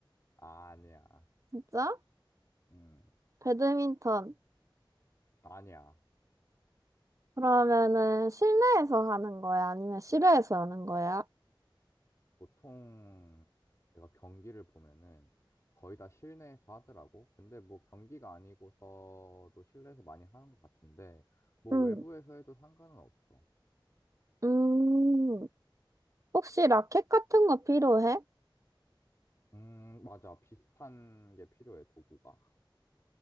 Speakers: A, on the left; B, on the right.
A: 아, 아니야.
B: 진짜?
A: 음,
B: 배드민턴.
A: 아니야.
B: 그러면은 실내에서 하는 거야? 아니면 실외에서 하는 거야?
A: 보통 내가 경기를 보면은 거의 다 실내에서 하더라고. 근데 뭐 경기가 아니고서도 실내에서 많이 하는 것 같은데, 뭐
B: 응.
A: 외부에서 해도 상관은 없어.
B: 음, 혹시 라켓 같은 거 필요해?
A: 음, 맞아. 비슷한 게 필요해, 도구가.